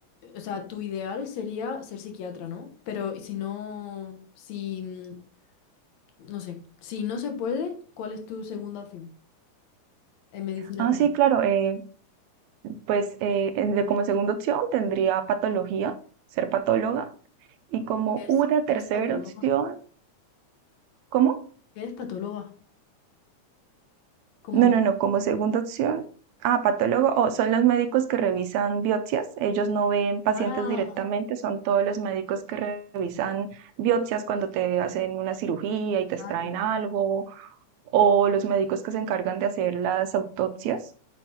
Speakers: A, on the left; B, on the right.
A: o sea, tu ideal sería ser psiquiatra, ¿no? Pero y si no, si, mm, no sé, si no se puede, ¿cuál es tu segunda opción? En medicina
B: Ah,
A: también.
B: sí, claro. eh, pues eh, en- de- como segunda opción tendría patología, ser patóloga. Y como
A: Es,
B: una tercera
A: es patóloga.
B: opción, ¿cómo?
A: Es patóloga. Como,
B: No, no, no, como segunda opción. Ah, patólogo, o son los médicos que revisan biopsias. Ellos no ven pacientes
A: ah,
B: directamente, son todos los médicos que re- revisan biopsias cuando te hacen una cirugía y te extraen
A: vale,
B: algo, o los médicos que se encargan de hacer las autopsias,